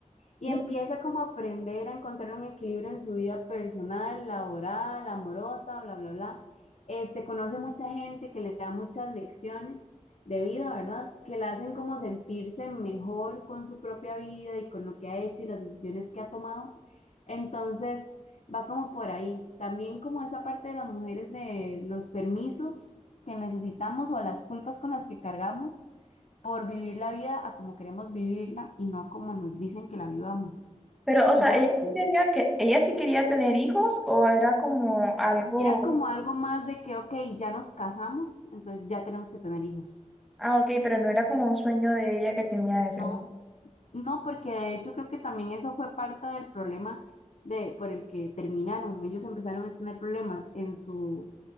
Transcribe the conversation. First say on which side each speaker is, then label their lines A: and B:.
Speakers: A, in the centre; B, on the left (about 60°).
A: ¿sí?
B: Y empieza como a aprender a encontrar un equilibrio en su vida personal, laboral, amorosa, bla, bla, bla. Este, conoce mucha gente que le da muchas lecciones de vida, ¿verdad? Que la hacen como sentirse mejor con su propia vida y con lo que ha hecho y las decisiones que ha tomado. Entonces, va como por ahí. También como esa parte de las mujeres de los permisos que necesitamos o las culpas con las que cargamos por vivir la vida a como queremos vivirla y no a como nos dicen que la vivamos.
A: Pero, o sea,
B: Entonces,
A: ella sí quería que, ella sí quería tener hijos o era como algo,
B: era como algo más de que, ok, ya nos casamos, entonces ya tenemos que tener hijos.
A: ah, ok, pero no era como un sueño de ella que tenía de ser
B: No, no, porque de hecho creo que también eso fue parte del problema de, por el que terminaron. Ellos empezaron a tener problemas en su,